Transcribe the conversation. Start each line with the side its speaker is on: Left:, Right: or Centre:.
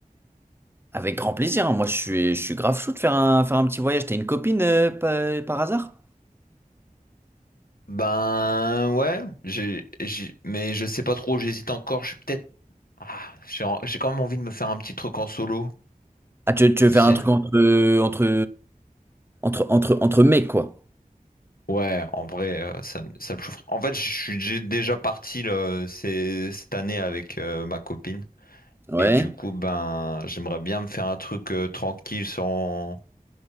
Right: Avec grand plaisir. hein. Moi, je suis, je suis grave chaud de faire un, faire un petit voyage. T'as une copine euh, pa- par, hasard?
Left: Ben ouais, j'ai, j'ai- mais je sais pas trop, j'hésite encore. Je suis peut-être Ah, j'ai en- j'ai quand même envie de me faire un petit truc en solo,
Right: Ah, tu, veux tu
Left: tu
Right: veux faire
Left: sais.
Right: un truc entre, entre, entre, entre, entre mecs, quoi.
Left: Ouais, en vrai, euh, ça, me- ça me chaufferait. En fait, je suis j'ai déjà parti là, ces- cette année avec euh, ma copine.
Right: Ouais.
Left: Et du coup, ben, j'aimerais bien me faire un truc euh, tranquille sans...